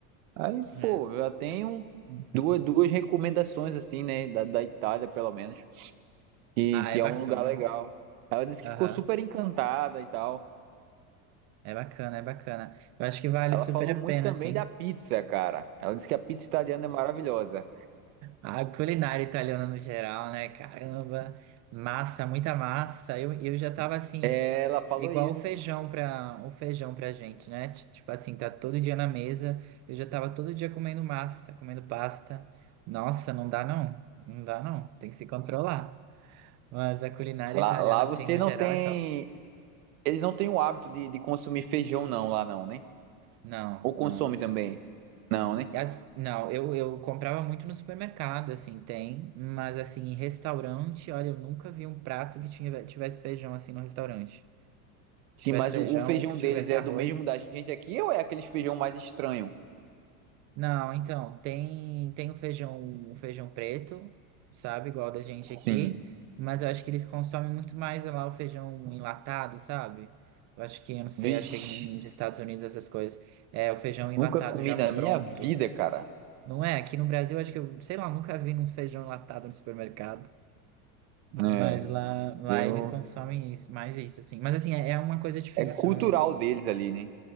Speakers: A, on the right (about 75°); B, on the right (about 40°).
A: aí
B: é.
A: pô, eu já tenho duas, duas recomendações assim, né, da, da Itália pelo menos. que,
B: Ah,
A: que
B: é bacana.
A: é um lugar legal. Ela disse
B: Aham,
A: que ficou super encantada e tal.
B: É bacana, é bacana. Eu acho que vale
A: Ela
B: super
A: falou
B: a
A: muito
B: pena,
A: também
B: sim.
A: da pizza, cara. Ela disse que a pizza italiana é maravilhosa.
B: A culinária italiana no geral, né? Caramba, massa, muita massa. Eu, eu já tava assim,
A: Ela falou
B: igual
A: isso.
B: o feijão pra, o feijão pra gente, né? Ti- Tipo assim, tá todo dia na mesa. Eu já tava todo dia comendo massa, comendo pasta. Nossa, não dá não. Não dá não. Tem que se controlar. Mas a culinária
A: Lá,
B: italiana,
A: lá você
B: assim, no
A: não
B: geral,
A: tem.
B: é top.
A: Eles não têm o hábito de, de consumir feijão, não, lá não, né?
B: Não,
A: Ou consome
B: não.
A: também? Não,
B: E
A: né?
B: as- não, eu, eu comprava muito no supermercado, assim, tem, mas assim, em restaurante, olha, eu nunca vi um prato que tinha, tivesse feijão assim no restaurante. Tivesse
A: Sim, mas
B: feijão
A: o, o feijão
B: ou que tivesse
A: deles é
B: arroz.
A: do mesmo da gente aqui ou é aquele feijão mais estranho?
B: Não, então, tem tem o feijão, o feijão preto, sabe, igual da gente aqui,
A: Sim.
B: mas eu acho que eles consomem muito mais lá o feijão enlatado, sabe? Eu acho que, eu não sei,
A: Vixe,
B: acho que é que nem nos Estados Unidos essas coisas. É, o feijão enlatado
A: nunca comi
B: já
A: na
B: pronto.
A: minha vida, cara.
B: Não é? Aqui no Brasil, acho que eu, sei lá, nunca vi um feijão enlatado no supermercado.
A: É,
B: Mas lá, lá
A: eu.
B: eles consomem isso, mais isso, assim. Mas assim, é, é uma coisa difícil,
A: É cultural
B: não, não-
A: deles ali, né?